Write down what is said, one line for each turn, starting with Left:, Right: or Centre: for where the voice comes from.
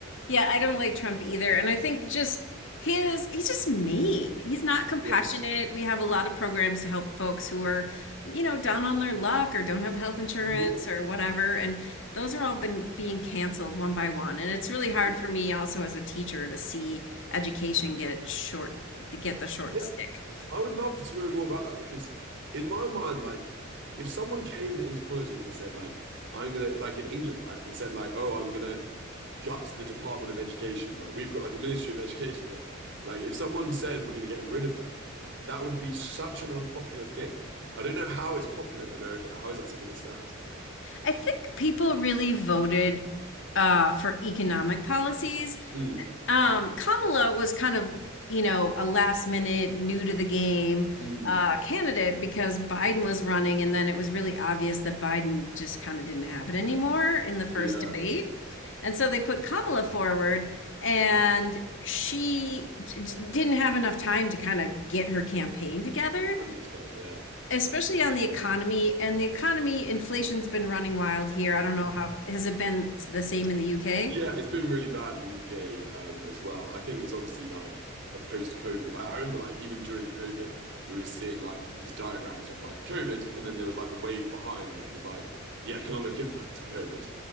Left: Yeah, I don't like Trump either. And I think just his, he's just mean. He's not compassionate.
Right: Yes.
Left: We have a lot of programs to help folks who are, you know, down on their luck or don't have health insurance
Right: Mhm.
Left: or whatever. And those are all been being canceled one by one. And it's really hard
Right: Exactly.
Left: for me also as a teacher to see education get short, to get the short
Right: Yeah,
Left: stick.
Right: I would love to know more about that because in my mind, like if someone came into politics and said like I'm gonna like in England, right, and said like, oh, I'm gonna gut the Department of Education, right? We've got like a Ministry of Education here. Like if someone said we're gonna get rid of that, that would be such an unpopular thing. I don't know how it's popular in America. Like, how is that something that stands?
Left: I think people really voted uh, for economic policies
Right: Mm,
Left: um Kamala was kind of, you know, a last minute new to the game
Right: mm,
Left: uh candidate because Biden was running and then it was really obvious that Biden just kind of didn't have it anymore in the first
Right: yeah,
Left: debate. And so they put Kamala forward and she d- didn't have enough time to kind of get her campaign together,
Right: 100%, yeah.
Left: especially on the economy. And the economy, inflation's been running wild here. I don't know how, has it been the same in the UK?
Right: Yeah, it's been really bad in the UK um, as well. I think it's obviously like a post-COVID. Like I remember, like even during COVID, we were seeing like these diagrams of like COVID, and then there was like the wave behind, which was like the economic impact of COVID.